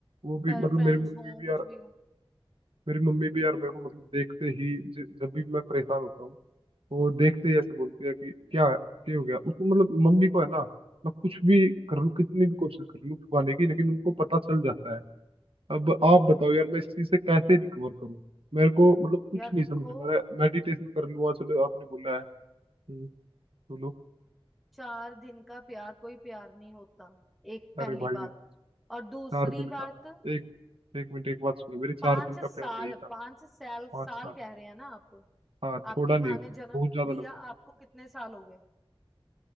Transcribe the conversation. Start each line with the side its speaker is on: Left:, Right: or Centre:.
Right: वो भी
Centre: फ्रेंड्स
Right: मतलब मेरी मम्मी
Centre: हों
Right: भी
Centre: कुछ
Right: यार
Centre: भी हो
Right: मेरी मम्मी भी यार मेरे को मतलब देखते ही ज- जब भी मैं परेशान होता हूँ वो देखते ही ऐसे बोलती है कि क्या क्या हो गया उसको मतलब मम्मी को है ना मैं कुछ भी कर लूँ कितनी भी कोशिश कर लूँ छुपाने की लेकिन उनको पता चल जाता है अब आप बताओ यार मैं इस चीज से कैसे रिकवर करूं मेरे को मतलब कुछ
Centre: यार
Right: नहीं
Centre: देखो
Right: समझ में आ रहा है। मेडिटेशन कर लूँ चलो आपने बोला है हम्म, बोलो
Centre: चार दिन का प्यार कोई प्यार नहीं होता एक पहली
Right: अरे भाई
Centre: बात और दूसरी
Right: चार दिन
Centre: बात
Right: का एक एक मिनट एक बात सुनो मेरे चार
Centre: पांच
Right: दिन का प्यार
Centre: साल
Right: नहीं था
Centre: पांच साल
Right: पाँच
Centre: साल
Right: साल
Centre: कह रहे हैं ना आप
Right: हाँ थोड़ा
Centre: आपकी
Right: नहीं
Centre: माँ
Right: होता
Centre: ने जन्म
Right: बहुत ज्यादा
Centre: दिया
Right: लंबा
Centre: आपको कितने साल हो गए